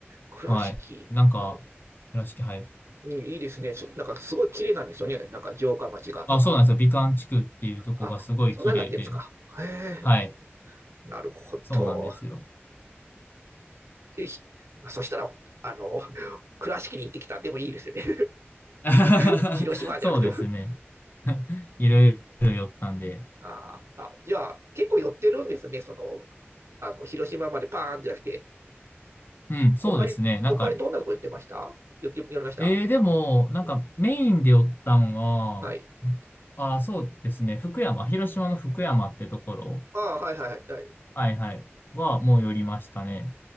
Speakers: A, on the right; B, on the left.
A: 倉敷、
B: はい。なんか、
A: あ、
B: 倉敷、はい。
A: うん、いいですね。そなんかすごい綺麗なんですよね。なんか城下町がとか。
B: あ、そうなんですよ。美観地区っていうとこがすごい綺麗で、
A: あ、あそんなになってるんですか。へえ。
B: はい。
A: なるほど。
B: そうなんですよ。
A: で、そしたら、あの、<laughs> 倉敷に行ってきたでもいいですよね。
B: <laughs>
A: <laughs> 広島じゃなくても
B: そうですね。<laughs> いろいろ寄ったんで。
A: <laughs> ああ。じゃあ、結構寄ってるんですね。その、あの、広島までパーンじゃなくて、
B: うん、
A: 他に、
B: そうですね。なんか、
A: 他にどんなとこ寄ってました寄って、寄りました
B: えー、でも、なんかメインで寄ったんは、
A: うん。はい。
B: あ、そうですね。福山、広島の福山ってところ、
A: ああ、はいはいはいはい。
B: はいはい、はもう寄りましたね。